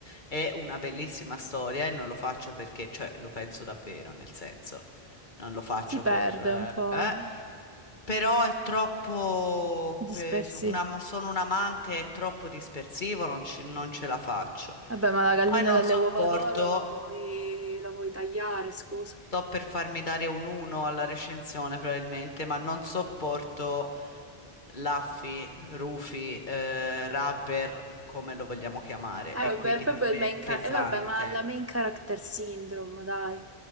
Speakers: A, on the left; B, on the right.
A: è una bellissima storia e non lo faccio perché, cioè, lo penso davvero, nel senso, non lo faccio
B: si perde
A: per... eh,
B: un po'
A: eh. Però è troppo...
B: dispersi.
A: per- una- sono un amante, è troppo dispersivo, non, ci- non ce la faccio.
B: Vabbè, ma la
A: E
B: gallina
A: poi non
B: delle
A: sopporto...
B: uova d'oro la puoi, la puoi tagliare, scusa.
A: Sto per farmi dare un 1 alla recensione probabilmente, ma non sopporto Laffy, Rufy, eh, Rubber, come lo vogliamo chiamare,
B: Eh,
A: e
B: vabbè,
A: quindi
B: è proprio
A: per me
B: il main
A: è
B: character.
A: pesante.
B: Eh, vabbè, ma la main character syndrome, dai.